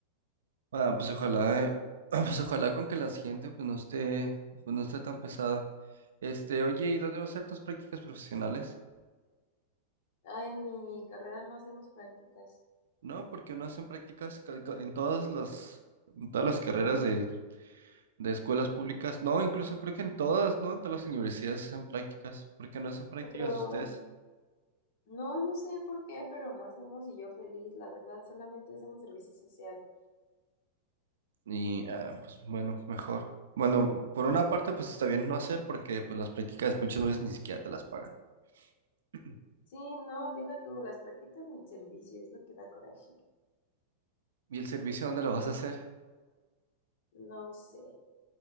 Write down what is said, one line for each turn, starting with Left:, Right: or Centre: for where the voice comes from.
Right: Ah, pues
Left: Sí,
Right: ojalá,
Left: no, oye.
Right: eh, <clears throat> pues ojalá con que la siguiente pues no esté, pues no esté tan pesada. Este, oye, ¿y dónde va a ser tus prácticas profesionales?
Left: Ah, en mi carrera no hacemos prácticas,
Right: No, porque no hacen prácticas ca- ca- en todas las, en todas las carreras de, de escuelas públicas. No, incluso creo que en todas, ¿no? En todas las universidades hacen prácticas. ¿Por qué no hacen prácticas
Left: pero
Right: ustedes?
Left: no, no sé por qué, pero no hacemos y yo feliz, la verdad, solamente hacemos servicio social.
Right: Y ah, pues bueno, mejor. Bueno, por una parte, pues está bien no hacer, porque pues las prácticas muchas veces ni siquiera te las pagan. <clears throat>
Left: Sí, no, deja tú las prácticas ni el servicio, es lo que da coraje.
Right: ¿Y el servicio dónde lo vas a hacer?
Left: No sé,